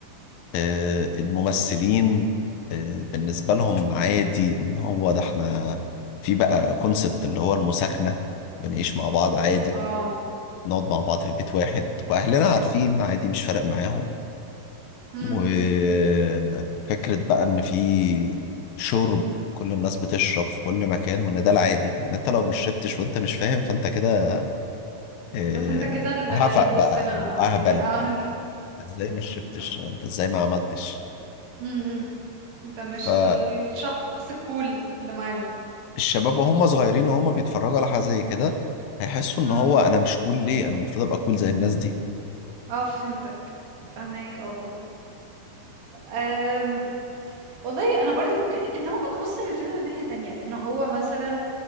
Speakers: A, on the left; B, on the right.
A: آه، الممثلين آه، بالنسبة لهم عادي إن هو ده إحنا في بقى كونسبت اللي هو المساكنة بنعيش مع بعض عادي
B: اه
A: نقعد مع بعض في بيت واحد وأهلنا عارفين عادي مش فارق معاهم
B: امم
A: وفكرة بقى إن في شرب كل الناس بتشرب في كل مكان وإن ده العادي وإن أنت لو مش شربتش وأنت مش فاهم فأنت كده آه،
B: ده فانت كده الغريب
A: هفق بقى
B: وسطنا
A: أو
B: او
A: أهبل
B: يعني اه <laughs>
A: أنت إزاي ما شربتش
B: انت
A: أو أنت إزاي ما عملتش
B: امم انت مش
A: فالشباب
B: الشخص الكول اللي معانا
A: وهم صغيرين وهم بيتفرجوا على حاجة زي كده هيحسوا إن
B: امم
A: هو أنا مش كول ليه أنا المفروض أبقى كول زي الناس دي
B: اه فهمتك فهمك اه أم... والله انا برضو ممكن انت ممكن تبص للفيلم من ناحية تانية ان هو مثلا